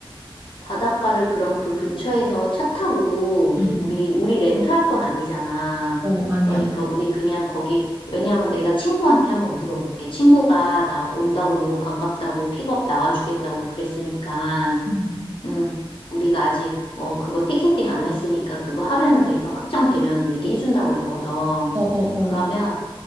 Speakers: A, on the left (about 65°); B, on the right (about 30°).
A: 바닷가를 그런 그 근처에서 차 타고
B: 음.
A: 우리, 우리 렌트할 건 아니잖아.
B: 어, 아니야.
A: 그러니까 우리 그냥 거기, 왜냐면 내가 친구한테 한번 물어볼게. 친구가 나 온다고 너무 반갑다고 픽업 나와주겠다고 그랬으니까.
B: 음.
A: 음, 우리가 아직, 어, 그거 티켓팅 안 했으니까 그거 하면은 내가 확정되면은 얘기해준다고 했거든.
B: 어, 어,
A: 그러면
B: 어.